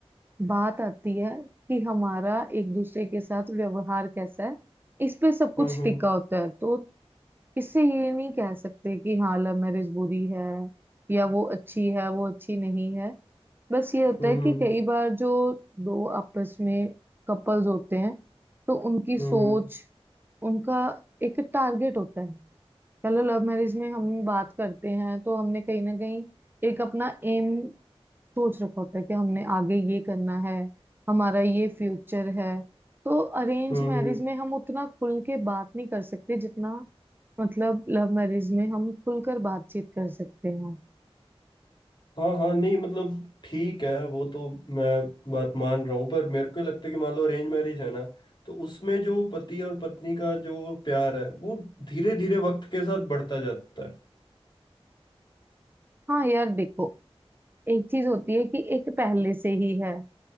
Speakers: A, on the right; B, on the left.
A: बात आती है कि हमारा एक दूसरे के साथ व्यवहार कैसा है इस पे सब कुछ
B: हम्म हम्म
A: टिका होता है तो इससे ये नहीं कह सकते कि हाँ लव मैरिज बुरी है या वो अच्छी है वो अच्छी नहीं है बस ये होता
B: हम्म
A: है कि
B: हम्म
A: कई बार जो दो आपस में कपल्स होते हैं तो उनकी सोच
B: हम्म
A: उनका एक टारगेट होता है चलो लव मैरिज में हम बात करते हैं तो हमने कहीं ना कहीं एक अपना एम सोच रखा होता है कि हमने आगे ये करना है हमारा ये फ्यूचर है तो अरेंज
B: हम्म
A: मैरिज
B: हम्म।
A: में हम उतना खुल के बात नहीं कर सकते जितना मतलब लव मैरिज में हम खुलकर बातचीत कर सकते हैं
B: हाँ हाँ नहीं मतलब ठीक है वो तो मैं बात मान रहा हूँ पर मेरे को लगता है कि मान लो अरेंज मैरिज है ना तो उसमें जो पति और पत्नी का जो प्यार है वो धीरे धीरे वक्त के साथ बढ़ता जाता है
A: हाँ यार देखो एक चीज होती है कि एक पहले से ही है